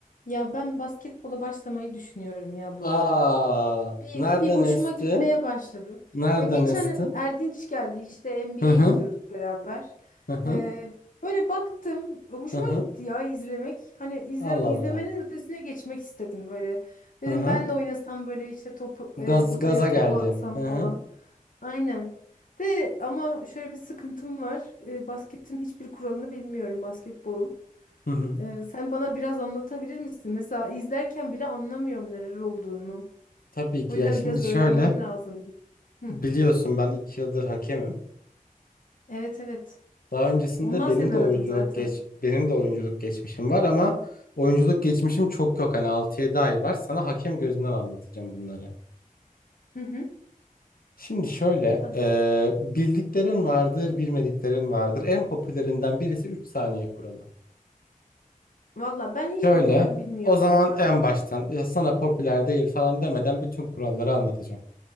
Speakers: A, on the left (about 65°); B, on the left (about 80°).
A: Ya ben basketbola başlamayı düşünüyorum ya bu
B: Aa,
A: ara. Bir,
B: nereden
A: bir hoşuma
B: esti?
A: gitmeye başladı.
B: Nereden
A: Ya geçen
B: esti?
A: Erdinç geldi işte NBA
B: Hı hı,
A: izliyorduk beraber.
B: hı hı,
A: Ee, böyle baktım hoşuma
B: hı hı.
A: gitti ya izlemek. Hani izle,
B: Allah
A: izlemenin
B: Allah.
A: ötesine geçmek istedim böyle. Dedim
B: Hı hı.
A: ben de oynasam böyle işte topu,
B: Gaz,
A: e, potaya
B: gaza
A: topu
B: geldin.
A: atsam
B: Hı
A: falan.
B: hı,
A: Aynen. De ama şöyle bir sıkıntım var. E, basketin hiçbir kuralını bilmiyorum basketbolun.
B: hı hı.
A: Ee, sen bana biraz anlatabilir misin? Mesela izlerken bile anlamıyorum neler olduğunu.
B: Tabii ki
A: O yüzden
B: ya şimdi
A: biraz
B: şöyle
A: öğrenmem lazım gibi. Hı.
B: biliyorsun ben iki yıldır hakemim.
A: Evet evet.
B: Daha öncesinde
A: Ondan
B: benim
A: seni
B: de
A: aradım
B: oyunculuk
A: zaten.
B: geç benim de oyunculuk geçmişim var ama oyunculuk geçmişim çok yok. Hani 6-7 ay var. Sana hakem gözünden anlatacağım bunları.
A: Hı hı.
B: Şimdi şöyle,
A: Tabii.
B: eee, bildiklerin vardır, bilmediklerin vardır. En popülerinden birisi 3 saniye kuralı.
A: Valla ben hiçbir
B: Şöyle,
A: kuralı bilmiyorum
B: o zaman
A: ya.
B: en baştan "Ya sana popüler değil falan demeden bütün kuralları anlatacağım.